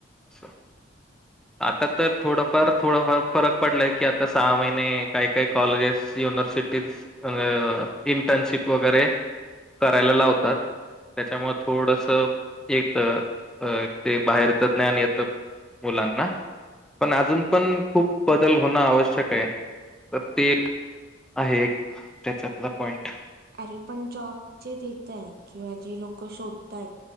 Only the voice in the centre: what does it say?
असं आता तर थोडंफार थोडंफार फरक पडलाय की आता सहा महिने काही काही कॉलेजेस युनवर् इंटर्नशिप वगैरे करायला लावतात त्याच्यामुळे थोडस एक अ ते बाहेरच ज्ञान येत मुलांना पण अजून पण खूप बदल होणं आवश्यक आहे तर ते आहे एक त्याच्यातला पॉइंट